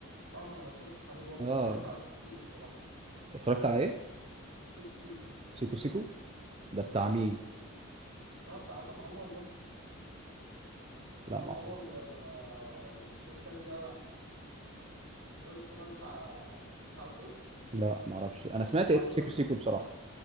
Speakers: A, on the right; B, on the right.
A: اه ما انا ما اتفرجتش عليه برضو
B: اه
A: اتفرجت على سيكو سيكو الصراحه
B: اتفرجت على إيه؟
A: سيكو سيكو
B: سيكو سيكو ده بتاع
A: اه
B: مين؟
A: ده بتاع عصام عمر ده
B: لا
A: عصام
B: ما
A: عمر و... واسمه إيه التاني ده الواد الصغير بتاع يعني ما تعرفوش؟
B: لا ما اعرفش انا سمعت
A: ببعتهولك
B: اسم سيكو سيكو
A: برضه
B: بصراحه